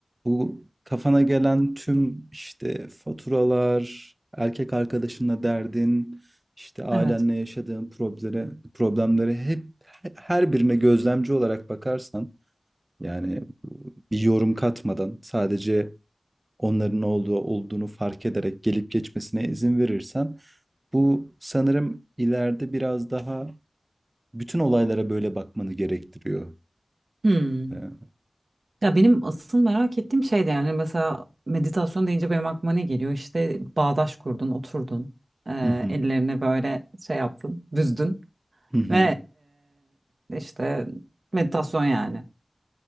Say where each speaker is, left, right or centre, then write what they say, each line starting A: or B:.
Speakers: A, on the right (about 25°); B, on the right (about 60°).
A: Bu kafana gelen tüm işte faturalar, erkek arkadaşınla derdin, işte ailenle
B: Evet.
A: yaşadığın problemlere, problemlere hep her birine gözlemci olarak bakarsan yani bir yorum katmadan sadece onların ne olduğu olduğunu fark ederek gelip geçmesine izin verirsen bu sanırım ileride biraz daha bütün olaylara böyle bakmanı gerektiriyor.
B: Hı.
A: Ee, hı
B: Ya benim asıl merak ettiğim şey de yani mesela meditasyon deyince benim aklıma ne geliyor? İşte bağdaş kurdun, oturdun, eee,
A: hı,
B: ellerine böyle şey yaptın, büzdün.
A: hı hı.
B: Ve eee, işte meditasyon yani.